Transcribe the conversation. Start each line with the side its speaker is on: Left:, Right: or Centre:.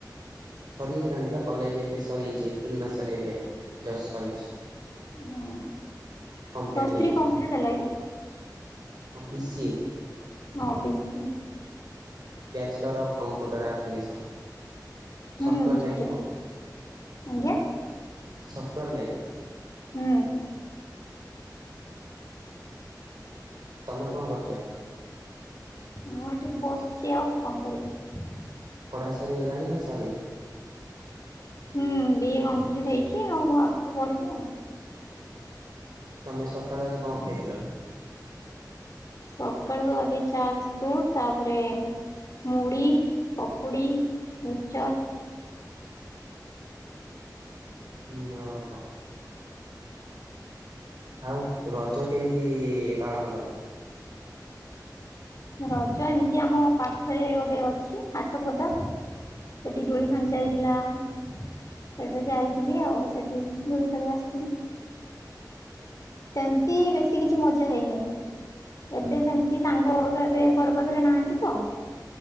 Right: ସରି ହେଲାଣି ବା କଲେଜ ଏବେ ସରି ହେଛି ଏପ୍ରିଲ ମାସରେ ଜଷ୍ଟ ସରିଛି।
Left: ହୁଁ
Right: କମ୍ପ୍ଲିଟ
Left: ପ୍ଲସ୍ ଥ୍ରୀ କମ୍ପ୍ଲିଟ ହେଲା କି?
Right: ପିସିଏ।
Left: ହଁ ବିଶି।
Right: ବ୍ୟାଚଲର ଅଫ୍ କମ୍ପ୍ୟୁଟର ଅପ୍ପଲିକେସନ ସନ୍।
Left: ହୁଁ
Right: ସଫ୍ଟୱାର
Left: ବସିଛି।
Right: ଲାଇନ ଆଉ।
Left: ଆଜ୍ଞା
Right: ସଫ୍ଟୱେୟାର ଲାଇନ୍।
Left: ହୁଁ।
Right: ତମେ କଣ କରୁଛ?
Left: ମୁଁ ଏଠି ବସିଛି ଆଉ କଣ କରିବି।
Right: ପଢା ସରିଗଲାଣି ନା ସରିନି?
Left: ହୁଁ, ବିଏ କମ୍ପ୍ଲିଟ ହେଇଛି ଆଉ ଆଗକୁ ବଢିବି ଆଉ।
Right: ତମେ ସକାଳୁ ଆଜି କଣ ଖାଇଥିଲ?
Left: ସକାଳୁ ଆଗେ ଚାହା, ବିସ୍କୁଟ, ତାପରେ ମୁଢି, ପକୁଡ଼ି ମିକଚର୍।
Right: ହଁ ଓ ହୋ। ଆଉ ରଜ କେମିତି ପାଳନ କଲ?
Left: ରଜ ଏମିତି ଆମ ପାଖରେ ଗୋଟେ ଅଛି ହାଟ ପଦା ସେଠି ଧୂଳି ଖାଞ୍ଚା ହେଇଥିଲା ସେଠାରେ ଯାଇଥିଲି ଆଉ ସେଠି ଧୂଳି ଖେଳି ଆସିଥିଲି। ସେମିତି ବେଶୀ କିଛି ମଜା ହେଇନାହିଁ ଏବେ ସେମିତି ସାଙ୍ଗ ଏବେ ଘର ପାଖରେ ନାହାନ୍ତି ତ